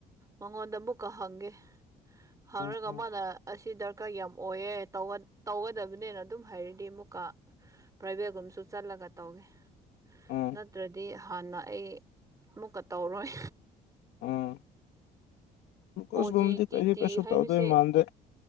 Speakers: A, on the right (about 20°); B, on the left (about 80°).
A: ꯃꯉꯣꯟꯗ ꯑꯃꯨꯛꯀ ꯍꯪꯒꯦ ꯍꯥꯡꯉꯒ
B: ꯎꯝ ꯎꯝ
A: ꯃꯥꯅ ꯑꯁꯤ ꯗꯔꯔ ꯀ ꯌꯥꯝ ꯑꯣꯏꯌꯦꯦ ꯇꯧꯒꯗꯕꯅꯦꯅ ꯑꯗꯨꯝ ꯍꯥꯏꯔꯗꯤ ꯑꯃꯨꯛꯀ ꯄ꯭ꯔꯥꯏꯚꯦꯠꯀꯨꯝꯕꯁꯨ ꯆꯠꯂꯒ ꯒ ꯇ ꯍꯧꯒꯦ
B: ꯎꯝ
A: ꯅꯠꯇ꯭ꯔꯗꯤ ꯍꯥꯟꯅ ꯑꯩ ꯑꯃꯨꯛꯀ ꯇꯧꯔꯣꯏ
B: ꯎꯝ ꯒ꯭ꯂꯨꯀꯣꯁꯒꯨꯝꯕꯗꯤ
A: ꯑꯣꯖꯤ ꯇꯤ
B: ꯀꯩꯗꯤ
A: ꯇꯤ
B: ꯀꯩꯁꯨ
A: ꯍꯥꯏꯕꯁꯦ
B: ꯇꯧꯗꯣꯏ ꯃꯥꯟꯗꯦ